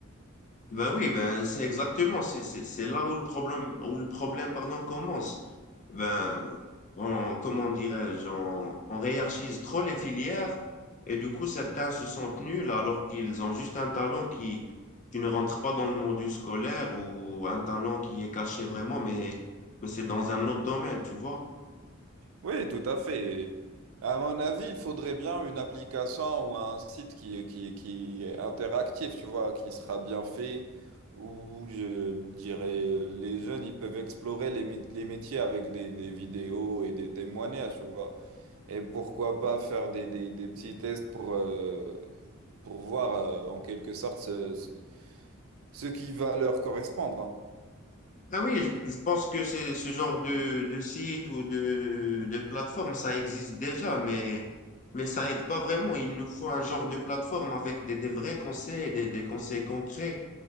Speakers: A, on the left; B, on the right.
A: Ben oui, ben c'est exactement, c'est c'est c'est là où le problème où le problème pardon commence. Ben on comment dirais-je, on, on hiérarchise trop les filières et du coup certains se sentent nuls alors qu'ils ont juste un talent qui qui ne rentre pas dans le monde scolaire ou un talent qui est caché vraiment mais mais c'est dans un autre domaine, tu vois.
B: Oui, tout à fait. À mon avis, il faudrait bien une application ou un site qui, qui, qui est interactif, tu vois, qui sera bien fait, où je dirais les jeunes, ils peuvent explorer les, mét- les métiers avec des, des vidéos et des témoignages, tu vois. Et pourquoi pas faire des, des, des petits tests pour, euh, pour voir, euh, en quelque sorte, ce, ce, ce qui va leur correspondre.
A: Ah oui, je je pense que c'est ce genre de, de site ou de, de plateforme, ça existe déjà, mais, mais ça aide pas vraiment. Il nous faut un genre de plateforme avec des, des vrais conseils, des, des conseils concrets,